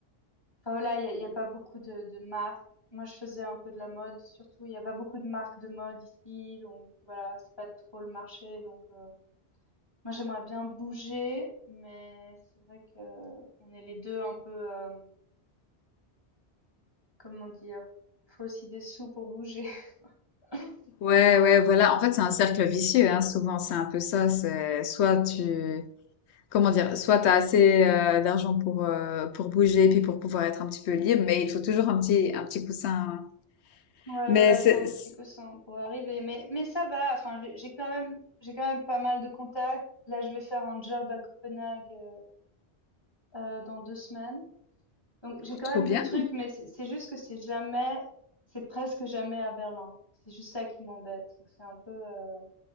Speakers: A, on the left; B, on the left.
A: Enfin voilà, il y a, y a pas beaucoup de, de marques. Moi, je faisais un peu de la mode, surtout. Il y a pas beaucoup de marques de mode ici, donc voilà, c'est pas trop le marché. Donc euh, moi, j'aimerais bien bouger, mais c'est vrai que on est les deux un peu, euh, comment dire, faut aussi des sous pour bouger. <laughs>
B: Ouais,
A: Donc
B: ouais, voilà. En fait, c'est un cercle vicieux, hein. Souvent, c'est un peu ça. C'est soit tu, comment dire, soit t'as assez euh, d'argent pour euh, pour bouger, puis pour pouvoir être un petit peu libre, mais il te faut toujours un petit un petit coussin. hein.
A: ouais,
B: Mais
A: voilà,
B: c'est
A: il faut un
B: c'est-
A: petit coussin pour arriver. Mais mais ça va. Enfin, j'ai j'ai quand même j'ai quand même pas mal de contacts. Là, je vais faire un job à Copenhague euh, euh, dans deux semaines. Donc j'ai
B: oh,
A: quand
B: trop
A: même
B: bien.
A: des trucs, mais c'est c'est juste que c'est jamais, c'est presque jamais à Berlin. C'est juste ça qui m'embête, c'est que c'est un peu, euh,